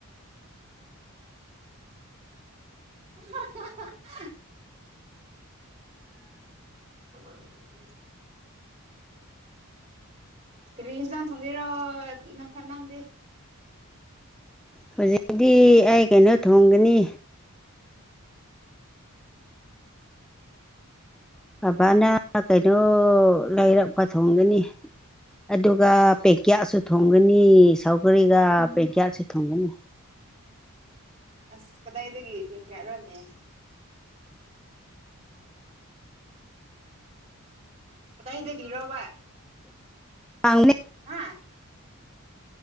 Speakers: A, on the right (about 30°); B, in the centre.
A: <inaudible> ꯍ <inaudible> ꯀꯔꯤ ꯌꯦꯟꯖꯥꯡ ꯊꯣꯡꯗꯨꯢꯔꯣ ꯅꯪ ꯅꯪꯗꯤ
B: ꯍꯧꯖꯤꯛꯇꯤ ꯑꯩ ꯀꯩꯅꯣ ꯊꯣꯡꯒꯅꯤ ꯕꯕꯥꯅ ꯀꯩꯅꯣ ꯂꯩꯥꯏꯔꯛꯄ ꯊꯣꯡꯒꯅꯤ ꯑꯗꯨꯒ ꯄꯦꯛꯀꯦꯌꯥꯁꯨ ꯊꯣꯡꯒꯅꯤ ꯁꯥꯎꯒꯔꯤꯒ ꯄꯦꯛꯀꯦꯌꯥꯁꯨ ꯊꯣꯡꯒꯅꯤ
A: ꯑꯁ ꯀꯗꯥꯏꯗꯒꯤ ꯄꯦꯡꯀꯌꯥꯔꯣꯅꯦ ꯀꯗꯥꯏꯗꯒꯤꯔꯣꯕ
B: ꯆꯥꯡ <inaudible>
A: ꯍꯥ